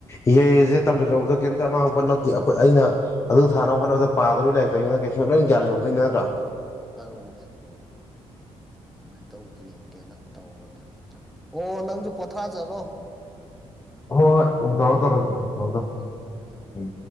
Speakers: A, on the left (about 25°); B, in the centre.
A: ꯏꯍꯩꯑꯁꯦ ꯇꯝꯁꯤꯜꯍꯧꯕꯗ ꯀꯩꯝꯇ ꯑꯃꯥꯡꯄ ꯅꯠꯇꯦ ꯑꯩꯈꯣꯏ ꯑꯩꯅ ꯗ ꯑꯗꯨ ꯊꯥꯅꯕ ꯍꯣꯠꯅꯕꯗ ꯄꯥꯗꯣꯔꯤ ꯂꯥꯏꯔꯤꯛꯇꯣ ꯀꯩꯁꯨ ꯑꯩꯉꯣꯟꯗ ꯂꯣꯏꯅ ꯒ꯭ꯌꯥꯟ ꯂꯩꯍꯧꯗꯣꯏꯅꯦ ꯅꯠꯇ꯭ꯔ
B: ꯑꯗꯨꯅꯦ ꯗꯨꯃꯥꯏ ꯇꯧ ꯌꯦꯡꯒꯦꯅ ꯇꯧꯕꯅꯦ ꯑꯣ ꯅꯪꯖꯨ ꯄꯣꯊꯥꯖꯔꯣ
A: ꯍꯣꯏ ꯍꯣꯏ ꯎꯝ ꯇꯧꯔꯣ ꯇꯧꯔꯣ ꯎꯝ ꯊꯝꯃꯣ ꯊꯝꯃꯣ
B: ꯎꯝ ꯊꯝꯃꯦ ꯊꯝꯃꯦ
A: ꯎꯝ